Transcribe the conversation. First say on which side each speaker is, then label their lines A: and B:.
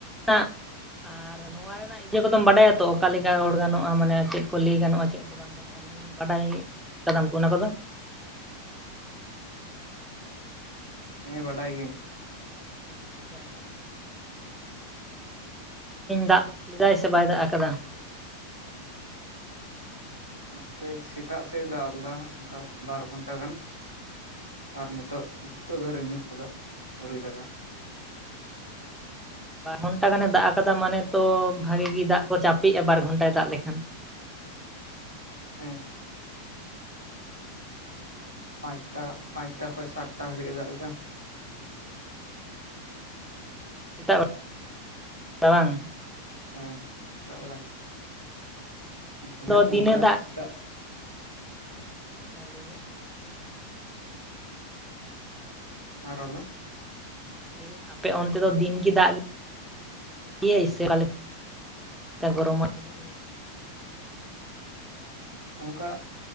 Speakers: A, in the centre; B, on the left.
A: <unintelligible> <unintelligible> ᱟᱨ ᱱᱚᱣᱟ ᱨᱮᱱᱟᱜ ᱤᱭᱟᱹ ᱠᱚᱫᱚᱢ ᱵᱟᱰᱟᱭᱟ ᱛᱚ ᱚᱠᱟ ᱞᱮᱠᱟ ᱨᱚᱲ ᱜᱟᱱᱚᱜᱼᱟ ᱢᱟᱱᱮ ᱪᱮᱫ ᱠᱚ ᱞᱟᱹᱭ ᱜᱟᱱᱚᱜᱼᱟ ᱪᱮᱫ ᱠᱚ ᱵᱟᱝ ᱜᱟᱱᱚᱜᱼᱟ ᱾ ᱟᱢᱮᱢ ᱵᱟᱰᱟᱭ ᱟᱠᱟᱫᱟᱢ ᱚᱱᱟ ᱠᱚᱫᱚ ᱾
B: ᱦᱮᱸ ᱵᱟᱰᱟᱭ ᱜᱤᱭᱟᱹᱧ ᱾
A: ᱟᱪᱷᱟ ᱾ ᱫᱟᱜ ᱞᱮᱫᱟᱭ ᱥᱮ ᱵᱟᱭ ᱫᱟᱜ ᱟᱠᱟᱫᱟ ᱾
B: ᱱᱚᱛᱮ ᱥᱮᱛᱟᱜ ᱥᱮᱫ-ᱮ ᱫᱟᱜ ᱞᱮᱫᱟ ᱚᱱᱠᱟ ᱵᱟᱨ ᱜᱷᱚᱱᱴᱟ ᱜᱟᱱ ᱾ ᱟᱨ ᱱᱤᱛᱚᱜ ᱱᱤᱛᱚᱜ ᱫᱚ ᱨᱤᱢᱤᱞ ᱟᱠᱟᱫᱟ ᱟᱣᱨᱤ ᱫᱟᱜᱟ ᱾
A: ᱵᱟᱨ ᱜᱷᱚᱱᱴᱟ ᱜᱟᱱᱮ ᱫᱟᱜ ᱟᱠᱟᱫᱟ ᱢᱟᱱᱮ ᱛᱚ ᱵᱷᱟᱜᱤ ᱜᱮ ᱫᱟᱜ ᱠᱚ ᱪᱟᱯᱮᱜᱼᱟ ᱵᱟᱨ ᱜᱷᱚᱱᱴᱟᱭ ᱫᱟᱜ ᱞᱮᱠᱷᱟᱱ ᱾
B: ᱦᱮᱸ ᱾ ᱯᱟᱸᱪᱴᱟ ᱯᱟᱸᱪᱴᱟ ᱠᱷᱚᱱ ᱥᱟᱛᱴᱟ ᱦᱟᱹᱨᱤᱡ ᱮ ᱫᱟᱜ ᱮᱫᱟ ᱾
A: ᱮᱛᱟᱜᱼᱟ ᱨᱟᱝ <unintelligible>
B: ᱦᱮᱸ ᱥᱮᱛᱟᱜ ᱵᱮᱲᱟ ᱜᱮ ᱫᱷᱤᱱᱟᱹᱢ
A: ᱟᱫᱚ ᱫᱤᱱᱮ
B: ᱚᱱᱠᱟ
A: ᱫᱟᱜ
B: ᱥᱮᱛᱟᱜ ᱾
A: ᱦᱮᱸ ᱞᱟᱭ ᱢᱮ ᱾
B: ᱢᱟ ᱨᱚᱲ ᱢᱮ ᱾
A: ᱞᱟᱹᱭᱫᱟᱹᱧ ᱟᱯᱮ ᱚᱱᱛᱮ ᱫᱚ ᱫᱤᱱᱜᱮ ᱫᱟᱜ ᱾ ᱤᱭᱟ ᱤᱥᱟ ᱟᱞᱮ ᱮ <inaudible> ᱜᱚᱨᱚᱢᱚ ᱠᱟᱴᱤᱡ
B: ᱚᱱᱠᱟ